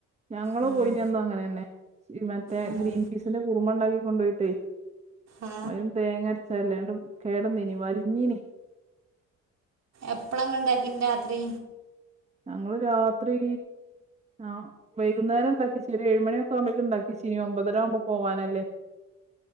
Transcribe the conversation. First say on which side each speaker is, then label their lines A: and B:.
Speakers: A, on the right; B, on the right.
A: ഞങ്ങള്
B: ഉം,
A: പോയീനന്നും അങ്ങനെ തന്നെ. മറ്റേ
B: ഉം,
A: ഗ്രീൻ പീസിന്റെ കുറുമ ണ്ടാക്കി കൊണ്ടോയിട്ടേ.
B: ആ
A: അയില് തേങ്ങര്ച്ചല്ലേ ന്നട്ട് കേടന്നീനി വൽഞ്ഞീനി.
B: എപ്പളാ ഇങ്ങള് ണ്ടാക്കീ ന്യേ രാത്രി?
A: ഞങ്ങള് രാത്രീ. ആഹ് വൈകുന്നേരംണ്ടാക്ക്യേച്ച് ഒര് ഏഴുമണ്യോക്കെ ആവുമ്പോക്കുംണ്ടാക്ക്യേ ച്ചീനി ഒമ്പതരാ വുമ്പോ. പോവാനല്ലേ.